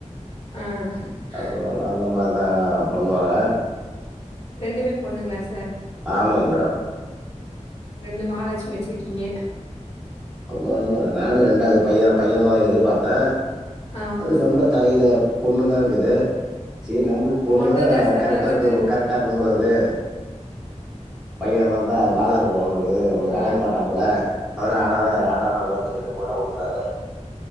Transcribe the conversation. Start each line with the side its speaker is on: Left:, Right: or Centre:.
Left: ம்
Centre: அவங்களலாம் இந்த மாரி தாங்க பண்ணுவாங்க
Left: ரெண்டுமே பொண்ணுங்ளா சார்
Centre: ஆமாங் மேடம்
Left: ரெண்டு மகாலட்சுமி வச்சிருக்கீங்க
Centre: ஆமா ஆமா நானு ரெண்டாது பையன் பையன் தான் எதிர்பாத்தன்
Left: ஆமாங்க
Centre: அது
Left: சார்
Centre: நம்ப தலையில பொண்ணு தான் இருக்குது சேரி நம்ளுக் பொண்ணு
Left: பொண்ணுதா
Centre: தா
Left: சார்
Centre: கரெடா
Left: நல்லது
Centre: இருக்கு கரெட் ட்டா இக்கும் போலக்குது பையன் வந்தா வாலஇருக் இது நம்மளுக்கு
Left: ஆ
Centre: அடங்க மாட்டான் போல அதானானால ஆண்டவனா பாத்து ரெண்டு பொண்ணு குடுத்துட்டாரு